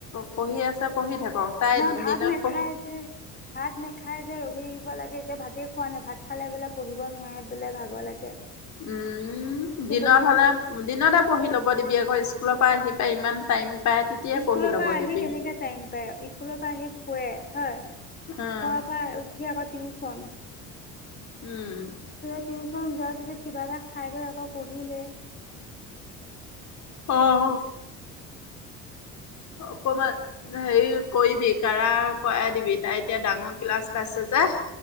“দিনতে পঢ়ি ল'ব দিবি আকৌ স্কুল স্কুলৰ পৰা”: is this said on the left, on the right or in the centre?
Left